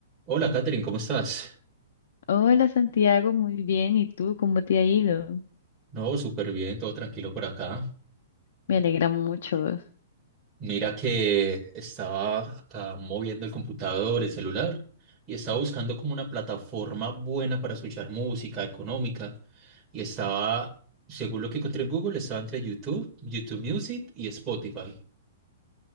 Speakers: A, on the right; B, on the left.
A: Hola, Katherine, ¿cómo estás?
B: Hola Santiago, muy bien. ¿Y tú cómo te ha ido?
A: No, súper bien, todo tranquilo por acá.
B: Me alegra mucho.
A: Mira que estaba acá moviendo el computador, el celular, y estaba buscando como una plataforma buena para escuchar música económica. Y estaba, según lo que encontré en Google, estaba entre YouTube, YouTube Music y Spotify.